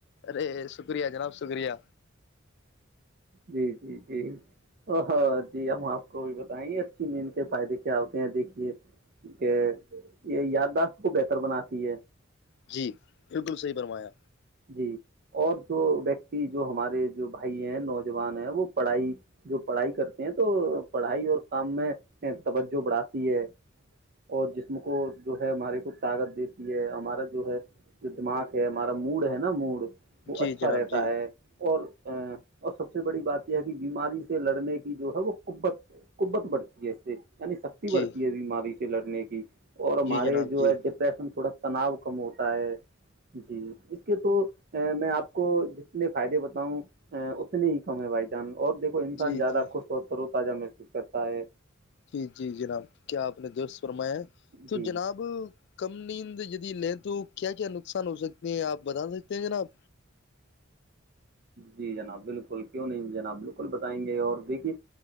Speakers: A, on the left; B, on the right.
A: ریس شکریہ جناب شکریہ
B: جی جی جی ہاں جی ہم آپ کو بھی بتائیں گ اچھی نیند کے فائدے کیا ہوتے ہیں دیکھیے کہ یہ یادداشت کو بہتر بناتی ہے
A: جی بالکل صحیح فرمایا
B: جی اور جو ویکتی جو ہمارے جو بھائی ہیں نوجوان ہیں وہ پڑھائی جو پڑھائی کرتے ہیں تو پڑھائی اور کام میں توجہ بڑھاتی ہے اور جسم کو جو ہے ہمارے کو طاقت دیتی ہے ہمارا جو ہے جو دماغ ہے ہمارا موڈ ہے نا مو
A: جی
B: وہ اچھا
A: جناب
B: رہتا
A: جی
B: ہے اور اور سب سے بڑی بات یہ ہے کہ بیماری سے لڑنے کی جو ہے وہ قبت قبت بڑھتی ہے اس سے انی سکتی
A: جی
B: بورتی ا می سے لڑنے کی اور ہمارے
A: جی جناب
B: جو
A: جی
B: ہے ڈپریشن تھوڑا تناؤ کم ہوتا ہے جی اس کہ تو میں آپ کو جتنے فائدے بتاؤں ا اتنے ہی کم ہے بھائی جان اور دھو انسان
A: جی
B: زیادہ
A: جی
B: خوش ہوتا تازہ محسوس کرتا ہے
A: جی جی جناب کیا آپ نے درست فرما ہے تو
B: جی
A: جناب کم نیند دی لیں تو کیا کیا نقصان ہو سکتی ہیں آپ بتا سکتے ہیں جناب
B: جی جناب بالکل کیوں نہیں جناب بالکل بتائیں گے اور بھی کہ